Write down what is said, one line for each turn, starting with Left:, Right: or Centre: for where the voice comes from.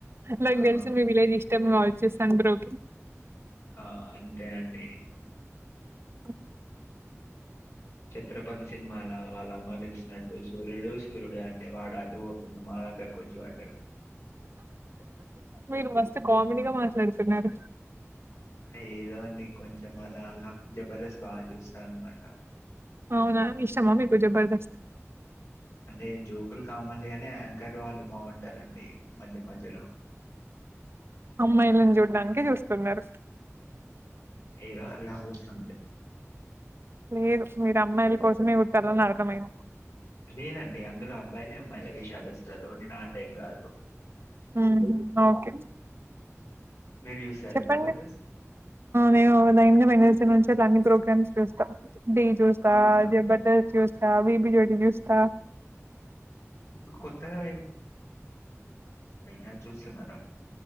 Right: నాకు
Left: ఆ
Right: తెలిసి మీ విలేజ్ ఇష్టం కావచ్చు సన్ బ్రోకి
Left: ఆ అంతే అండి
Right: హ
Left: ఛత్రపతి సినిమాల వాళ్ళ అమ్మా పిలిచినట్టు సూర్యుడు సూర్యుడు అంట అంటే వాడు అటు పోకుండా మా దగ్గరకు వచ్చి పడ్డాడు
Right: మీరు మస్త్ కామెడీగా మాట్లాడుతున్నారు
Left: ఏదో అండి కొంచెం అలా అలా జబర్దస్త్ బాగా చూస్తా అన్నమాట
Right: అవునా ఇష్టమా మీకు జబర్దస్త్
Left: అంటే జోకులు కామన్లీగానే యాంకర్ వాళ్ళు బాగుంటారండి మధ్య మధ్యలో
Right: అమ్మాయి దానికే చూస్తున్నారు
Left: ఏదో అలా అలా అంతే
Right: లేదు మీరు అమ్మాయిల కోసమే చూత్తరని అర్థమైయింది
Left: లేదండి అందులో అబ్బాయిలే అమ్మాయిల విషాలు ఇస్తారు నేను ఆ టైప్ కాదు
Right: ఉ హ్మ్మ్ ఓకే
Left: మీరు చూస్తారా
Right: చెప్పండి
Left: జబర్దస్త్?
Right: నేను <unintelligible> ప్రోగ మ్స్ చూస్త డీ చూస్తా
Left: అవునా!
Right: జబర్దస్ చూస్తా బిబి జోడి చూస్తా
Left: ఇప్పుడు కొత్తగా య చూస్తున్నారా